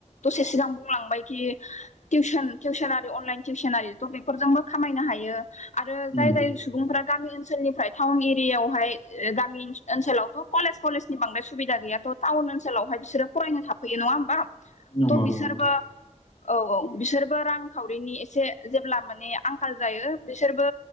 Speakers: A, on the left; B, on the left.
A: दसे सिगां बुंलांबायखि टिउसन टिउसन आ अनलायेन टिवसनारि ट बेफोरजोंबो खामायनो हायो आरो जाय
B: उम
A: जाय सुबुं गामि ओनसोलनिफ्राय टाउन एरियायावहाय गामि ओनसोलावथ' कलेज कलेजनि बांद्राय सुबिदा गैयाथ टाउन ओनसोलावहाय बिसोरो फरायनो थफै नङा होमबा
B: नंगौ
A: ट' बिसोरबो
B: नंगौ नोंथां
A: औ औ बिसोरबो रांखावरिनि एसे जेब्ला माने आंखाल जायो बिसोरबो